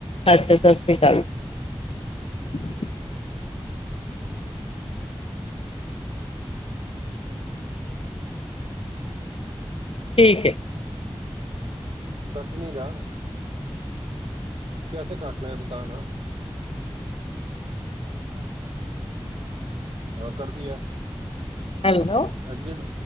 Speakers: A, on the left; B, on the right.
A: ਅੱਛਾ ਸਤਿ ਸ਼੍ਰੀ ਅਕਾਲੀ
B: ਠੀਕ
A: ਹ <unintelligible> ਠੀਕ
B: ਕੱਟ ਨਹੀਂ ਰਿਹਾ ਕੈਸੇ ਕਾਟਣਾ ਹੈ ਬੱਤਾ ਨਾਂ ਆਹ ਕਰਦੀ ਆ
A: ਹੈਲੋ
B: ਐਗਜਿਟ